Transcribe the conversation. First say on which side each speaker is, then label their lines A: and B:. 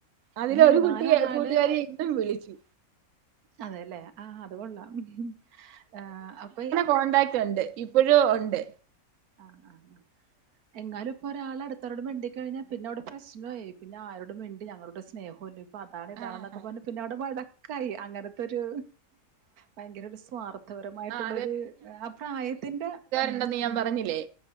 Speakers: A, on the right; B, on the right.
A: അതിലൊരു
B: ഇഞ് എങ്ങാനൊരാള്
A: കുട്ടിയെ കൂട്ടുകാരി ഇന്നും വിളിച്ചു
B: അതെല്ലേ ആഹ് അതുകൊള്ളാം ആഹ് അപ്പൊ
A: കൊണ്ടാക്ടുണ്ട് ഇപ്പോഴും ഒണ്ട്
B: ആഹ് ആഹ് ആഹ് എങ്ങാനും ഇപ്പോ ഒരാള അടുത്തോരോട് മിണ്ടി കഴിഞ്ഞാ പിന്നെ അവിടെ പ്രശ്നമായി പിന്നെ ആരോടും മിണ്ടി ഞങ്ങളോട് സ്നേഹല്ല അപ്പൊ അതാണ് ഇതാണെന്നൊക്കെ
A: ആഹ്
B: പറഞ്ഞ പിന്നെ അവിടെ വഴക്കായി അങ്ങനത്തൊരു ഭയങ്കര ഒരു സ്വാർത്ഥപരമായിട്ടുള്ളൊരു
A: ആഹ്
B: ആ പ്രായത്തിന്റെ ഉം
A: ണ്ടെന്നു ഞാൻ
B: ഉം
A: പറഞ്ഞില്ലേ